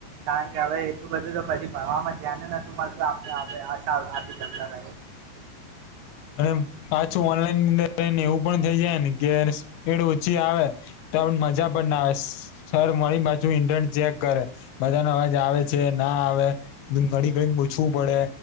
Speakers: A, on the right; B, on the left.
A: કારણ કે હવે એટલું બધું તો પછી ભણવામાં જ્યા ને નતું મળતું આપ આપ
B: અને પાછું ઓનલાઈનની અંદરને એવું પણ થઈ જાય ને કે સ્પીડ ઓછી આવે. ત મજા પણ ના આવે સર મળી પાછું ઇન્ટર ચેક કરે <unintelligible> મજાનો અવાજ આવે છે ના આવે ઘડી ઘડીને પૂછવું પડે